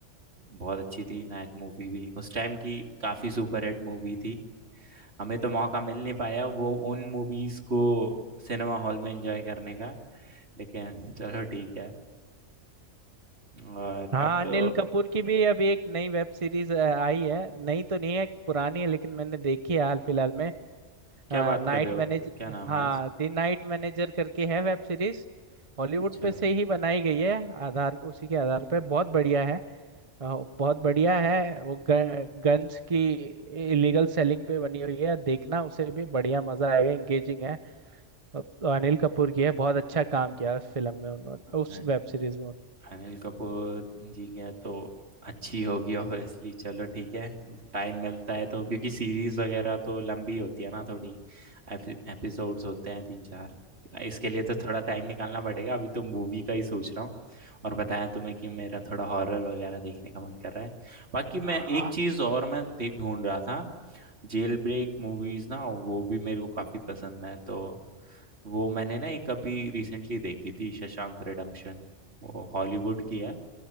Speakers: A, on the right (about 60°); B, on the right (about 30°).
A: बहुत अच्छी थी नायक मूवी भी उस टाइम की काफी सुपरहिट मूवी थी हमें तो मौका मिल नहीं पाया वो उन मूवीज को सिनेमा हॉल में एंजॉय करने का लेकिन चलो ठीक है और
B: हाँ
A: अब तो
B: अनिल कपूर की भी अभी एक नई वेब सीरीज आई है नई तो नहीं है पुरानी है लेकिन मैंने देखी है हाल फिलहाल में
A: क्या बात
B: Night
A: कर रहे हो
B: manage
A: क्या नाम
B: हाँ
A: है इसका?
B: द नाइट मैनेजर करके है वेब सीरीज हॉलीवुड
A: अच्छा
B: पे से ही बनाई गई है आधार उसी के आधार पे बहुत बढ़िया है अ, बहुत बढ़िया है वो गन्स की इलीगल सेलिंग पे बनी हुई है देखना उसे भी बढ़िया मजा आएगा इंगेजिंग है अ, अनिल कपूर की है बहुत अच्छा काम किया उस फिल्म में उन्होंने उस
A: अ-
B: वेब सीरीज में उन्होंने
A: अनिल कपूर जी गया तो अच्छी होगी ऑब्वियसली चलो ठीक है टाइम मिलता है तो क्योंकि सीरीज वगैरह तो लंबी होती है ना थोड़ी एपिसोड्स होते हैं तीन चार इसके लिए तो थोड़ा टाइम निकालना पड़ेगा अभी तो मूवी का ही सोच रहा हूँ और बताया तुम्हें कि मेरा थोड़ा हॉरर वगैरह देखने का मन कर रहा है बाकी मैं
B: हाँ
A: एक चीज़ और मैं दे- ढूंढ रहा था जेल ब्रेक मूवीज ना वो भी मेरे को काफी पसंद है तो वो मैंने ना एक अभी रिसेंटली देखी थी शशांक रिडेम्पशन वो हॉलीवुड की है